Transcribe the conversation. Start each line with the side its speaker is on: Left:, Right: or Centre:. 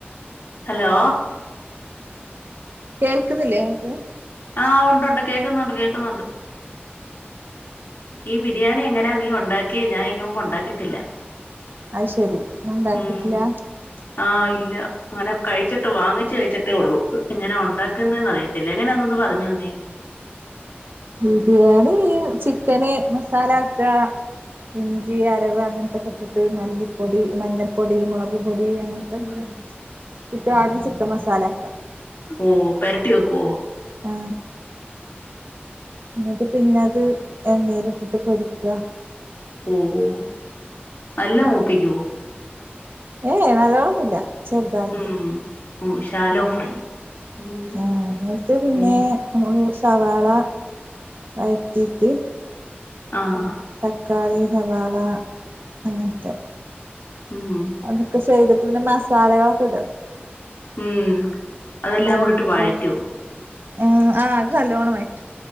Left: ഹലോ
Right: കേൾക്കുന്നില്ലേ ഇങ്ങക്ക്
Left: ആഹ് ഒണ്ടൊണ്ട് കേക്കുന്നുണ്ട് കേക്കുന്നുണ്ട് ഈ ബിരിയാണി എങ്ങനാ നീ ഒണ്ടാക്കിയേ ഞാൻ ഈനു മുമ്പ് ഒണ്ടാക്കീട്ടില്ല
Right: അത് ശെരി ഉണ്ടാക്കിട്ടില്ല
Left: ഉം ആ ഇല്ല അങ്ങനെ കഴിച്ചിട്ട് വാങ്ങിച്ച് കഴിച്ചിട്ടേ ഒള്ളൂ എങ്ങനെ ഒണ്ടാക്ക്ന്നേന്ന് അറിയത്തില്ല എങ്ങനാന്നൊന്ന് പറഞ്ഞു തന്നേ
Right: ബിരിയാണി ഈ ചിക്കന് മസാലക്കാ ഇഞ്ചി അരവ് അങ്ങൻത്തൊക്കെ ഇട്ടിട്ട് മല്ലിപ്പൊടി മഞ്ഞൾപ്പൊടി മുളക് പൊടി അങ്ങനത്തൊക്കെ
Left: ഉം.
Right: ഇപ്പം ആടും ചിക്കൻ മസാല ഒക്കെ
Left: ഓ പെരട്ടി വെക്കുവോ
Right: ആ എന്നിട്ട് പിന്നെ ത് എണ്ണേലിട്ടിട്ട് പൊരിക്കാ
Left: ഓഹ് ഓ നല്ല മൂപ്പിക്കുവോ
Right: ഏയ് നല്ലോണന്നുമില്ല. ചെറുതായിട്ട്
Left: ഉം ഉം ശാലോ
Right: മ്
Left: ഫ്രൈ ഉം
Right: ആ എന്നിട്ട് പിന്നെ
Left: ഉം
Right: സവാള വയറ്റീട്ട്
Left: ആഹ്
Right: തക്കാളി സവാള അങ്ങനത്തെ
Left: ഉം
Right: അതൊക്കെ ചെയ്ത് ത്തുനെ മസാലകളൊക്കെ ഇടും
Left: മ് അതെല്ലാം
Right: ഗരം
Left: കൂടെയിട്ട്
Right: മസാല
Left: വഴറ്റോ
Right: ആഹ് ആ അത് തല്ലോണം വഴറ്റും